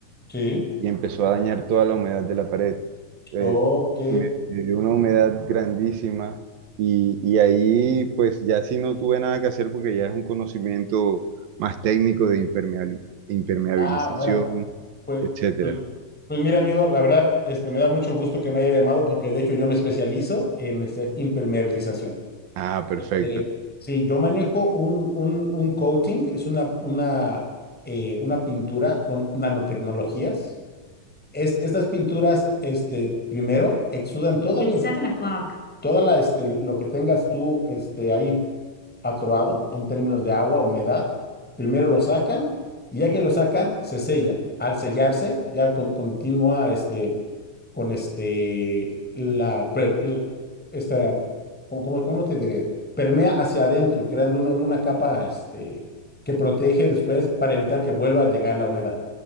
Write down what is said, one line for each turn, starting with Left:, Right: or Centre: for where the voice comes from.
Centre: Sí,
Right: y empezó a dañar toda la humedad de la pared. Eh,
Centre: ok.
Right: me, me dio una humedad grandísima y, y ahí pues ya sí no tuve nada que hacer porque ya es un conocimiento más técnico de impermeabil- impermeabilización,
Centre: Ah, bueno. Pues,
Right: etcétera.
Centre: pues, pues mira, amigo, la verdad, este, me da mucho gusto que me haya llamado porque de hecho yo me especializo en este, impermeabilización.
Right: Ah, perfecto.
Centre: Este, sí, yo manejo un, un, un coating, es una, una, eh, una pintura con nanotecnologías. Es- estas pinturas, este, primero, exudan toda la, It's seven o'clock. toda la, este, lo que tengas tú, este, ahí atroado en términos de agua, humedad. Primero lo sacan y ya que lo sacan, se sella. Al sellarse, ya con- continúa este, con este, la, pre- l- esta, ¿cómo, cómo- cómo te diré? Permea hacia adentro, creando una, una capa este, que protege después para evitar que vuelva a llegar la humedad.